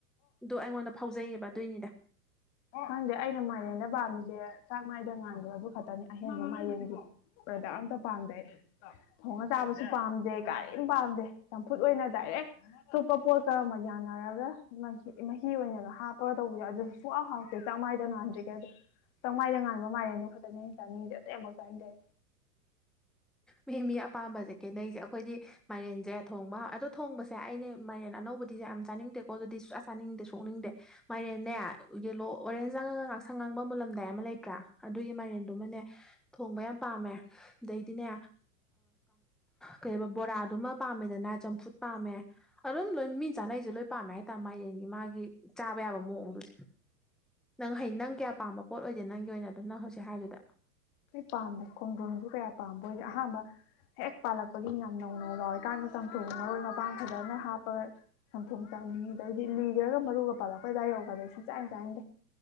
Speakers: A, in the centre; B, on the left.
A: ꯑꯗꯨ ꯑꯩꯉꯣꯟꯗ ꯐꯥꯎꯖꯩꯌꯦꯕ ꯑꯗꯨꯏꯅꯤꯗ
B: ꯈꯪꯗꯦ ꯑꯩꯅ ꯃꯥꯏꯔꯦꯟꯗ ꯄꯥꯝꯃꯤꯁꯦ ꯆꯥꯛ ꯃꯥꯏꯗ ꯉꯥꯟꯗꯣ ꯑꯗꯨ ꯈꯛꯇꯅꯤ ꯑꯍꯦꯟꯕ ꯃꯥꯏꯔꯦꯟꯒꯤ ꯄ꯭ꯔꯗꯛ ꯑꯝꯇ ꯄꯥꯝꯗꯩ ꯊꯣꯡꯅ ꯆꯥꯕꯁꯨ ꯄꯥꯝꯗꯦ ꯀꯔꯤꯝ ꯄꯥꯝꯗꯦ ꯆꯝꯐꯨꯠ ꯑꯣꯏꯅ ꯗꯥꯏꯔꯦꯛ ꯑꯣꯞꯄ ꯄꯣꯠ ꯀꯔꯝꯕ ꯌꯥꯅꯔꯒ ꯃꯍꯤ ꯃꯍꯤ ꯑꯣꯏꯅꯒ ꯍꯥꯞꯄꯒ ꯇꯧꯕꯁꯣ ꯑꯗꯨꯥꯎ ꯍꯥꯎ ꯑ ꯆꯦꯡꯃꯥꯗ ꯉꯥꯟꯗ꯭ꯔꯤꯦ ꯑꯗꯣ ꯆꯦꯡꯃꯥꯗꯅ ꯉꯥꯟꯕ ꯃꯥꯏꯔꯦꯟꯗꯣ ꯐꯛꯇꯅꯦ ꯆꯥꯅꯤꯡꯉꯤꯁꯦ ꯑꯇꯩ ꯑꯃꯨꯛ ꯆꯥꯅꯤꯡꯗꯦ <inaudible>
A: ꯡ ꯃꯤ ꯑꯄꯥꯝꯕꯁꯦ ꯀꯦꯅꯩꯁꯦ ꯑꯩꯈꯣꯏꯗꯤ ꯃꯥꯏꯔꯦꯟꯁꯦ ꯊꯣꯡꯕ ꯑꯗꯣ ꯊꯣꯡꯕꯁꯦ ꯑꯩꯅ ꯃꯥꯏꯦꯟ ꯑꯅꯧꯕ ꯕꯨꯗꯤꯦ ꯌꯥꯝ ꯆꯥꯅꯤꯡꯗꯦꯀꯣ ꯑꯗꯨꯗꯤ ꯑ ꯆꯥꯅꯤꯡꯗꯦ ꯁꯣꯛꯅꯤꯡꯗꯦ ꯃꯥꯏꯔꯦꯅꯦ ꯌꯦꯂꯣ ꯑꯣꯔꯦꯟꯖ ꯆꯪꯉꯒ ꯑꯉꯥꯡꯕ ꯃꯨꯜꯂꯝꯗꯥꯏ ꯑꯃ ꯂꯩꯇ꯭ꯔꯥ ꯑꯗꯨꯒꯤ ꯃꯥꯏꯔꯦꯟꯗꯨꯃꯅꯦ ꯊꯣꯡꯕ ꯌꯥꯝ ꯄꯥꯝꯃꯦ ꯑꯗꯩꯗꯤꯅꯦ ꯀꯩꯕ ꯕꯣꯔꯥꯗꯨꯃ ꯄꯥꯝꯃꯦꯗꯅ ꯆꯝꯐꯨꯠ ꯄꯥꯝꯃꯦ ꯑꯗꯨꯝ ꯂꯣꯏ ꯃꯤ ꯆꯥꯅꯩ ꯑꯩꯁꯨꯦ ꯂꯣꯏ ꯄꯥꯝꯃꯦ ꯍꯥꯏꯇꯥꯔꯦ ꯃꯥꯌꯦꯡꯒꯤ ꯃꯥꯒꯤ ꯆꯥꯕ ꯌꯥꯕ ꯃꯑꯣꯡꯗꯨꯁꯦ ꯅꯪ ꯍ ꯅꯪ ꯀꯌꯥ ꯄꯥꯝꯕ ꯄꯣꯠ ꯑꯣꯏꯗꯦ ꯅꯪꯒꯤ ꯑꯣꯏꯅ ꯑꯗꯨ ꯅꯪ ꯍꯧꯖꯤꯛ ꯍꯥꯏꯗꯨꯗ
B: ꯑꯩ ꯄꯥꯝꯕ ꯈꯣꯡꯖꯣꯝꯁꯨ ꯀꯌꯥ ꯄꯥꯝꯕ ꯑꯣꯏꯗꯤ ꯑꯍꯥꯟꯕ ꯍꯦꯛ ꯄꯥꯜꯂꯛꯄꯒꯤ ꯌꯥꯝ ꯅꯧ ꯅꯧ ꯂꯥꯎꯏꯀꯥꯟꯗ ꯆꯝꯊꯣꯡ ꯃꯔꯣꯏ ꯃꯄꯥꯡ ꯐꯖꯅ ꯍꯥꯞꯄꯒ ꯆꯝꯊꯣꯡ ꯅꯤ ꯑꯗꯩꯗꯤ ꯂꯤꯈ꯭ꯔꯒ ꯃꯔꯨꯒ ꯄꯜꯂꯛꯄꯩꯗꯥꯏ ꯌꯧꯒꯗꯩ ꯁꯨꯡ ꯆꯥꯏ ꯆꯥꯏꯗꯦ